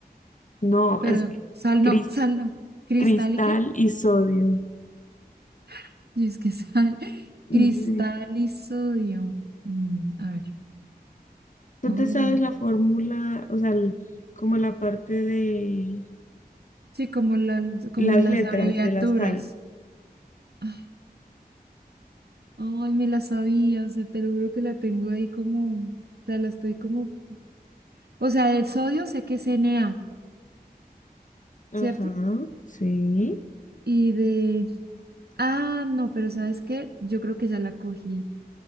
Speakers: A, on the left; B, on the right.
A: No,
B: Perdón,
A: es que
B: sal
A: cris-
B: no, sal no. Cristal
A: cristal
B: y qué.
A: y sodio.
B: <laughs> Y es que sal. <laughs>
A: Sí.
B: Cristal y sodio. Mm, a ver.
A: ¿Tú
B: Uy.
A: te sabes la fórmula, o sea, el- como la parte de
B: Sí, como, la, como
A: las
B: las
A: letras
B: abreviaturas.
A: de la sal?
B: Ay, ay, me la sabía, o sea, te lo juro que la tengo ahí como, o sea, la estoy como O sea, del sodio sé que es Na,
A: Ajá,
B: ¿cierto?
A: sí.
B: Y de... Ah, no, pero ¿sabes qué? Yo creo que ya la cogí.